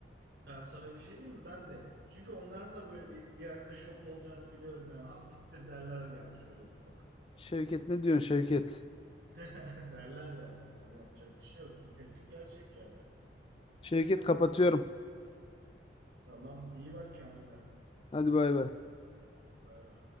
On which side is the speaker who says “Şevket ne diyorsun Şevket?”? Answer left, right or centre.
Left